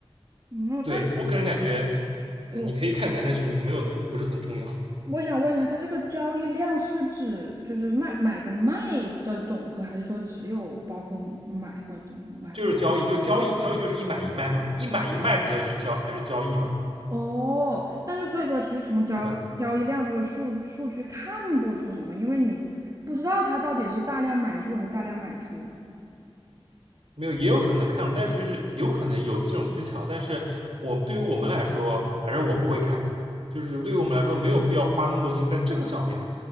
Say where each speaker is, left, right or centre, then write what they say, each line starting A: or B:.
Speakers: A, on the right (about 35°); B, on the right (about 75°).
A: 嗯，
B: 对我个人感觉，
A: 但
B: 嗯、
A: 我
B: 你可以看看，但是没有特不是很重要。
A: 我想问一下，它这个交易量是指就是卖买跟卖的总和，还是说只有包括买或者卖？
B: 就是交易，就交易，交易就是一买一卖嘛，一买一卖才叫是交才是交易嘛，
A: 哦，但是所以说，其实从交交易量这个数数据看不出什么，
B: 对吧？
A: 因为你不知道它到底是大量买入还是大量买出。
B: 没有，也有可能看懂，但是就是有可能有这种技巧，但是我对于我们来说，反正我不会看，就是对于我们来说没有必要花那么多心在这个上面。